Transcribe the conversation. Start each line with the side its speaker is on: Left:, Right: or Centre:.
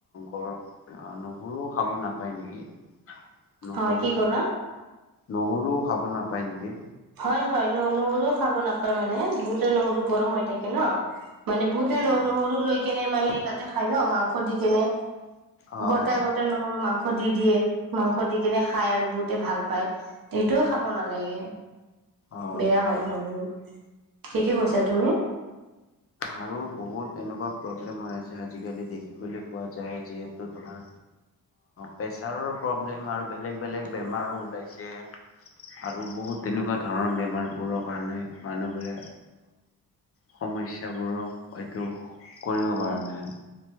Left: গৰ নহুৰুও খাব নাপায় নেকি। নহৰু
Right: হয় কি ক'লা?
Left: নহৰুও খাব নাপায় নেকি।
Right: হয় - হয় ন নহৰুও খাব নাপায় মানে বহুতে নহৰু গৰম হৈ থাকে ন। মানে বহুতে ন
Left: অ
Right: নহৰু লৈ খায়। কেনে মানে তাতে খাই ন মাংস। খধি কেনে
Left: অ
Right: গোতে
Left: অ
Right: - গোতে নহৰু মাঙ মাংস দি দিয়ে মাংস দি কেনে খাই আৰু বহুতে ভাল পায়। সেইটোও খাব নালাগে।
Left: অ
Right: বেয়া হয় নহৰু। ঠিকে কৈছা
Left: অ
Right: তুমি।
Left: আৰু বহুত তেনেকুৱা প্ৰব্লেম হৈ আছে আজিকালি দেখিবলৈ পোৱা যায় যিহেতু তোমাৰ প্ৰেছাৰৰো প্ৰব্লেম আৰু বেলেগ বেলেগ বেমাৰো ওলাইছে আৰু বহুত তেনেকুৱা ধৰণৰ বেমাৰবোৰৰ কাৰণে মানুহবোৰে সমস্যাবোৰৰ এইটো কৰিব পৰা নাই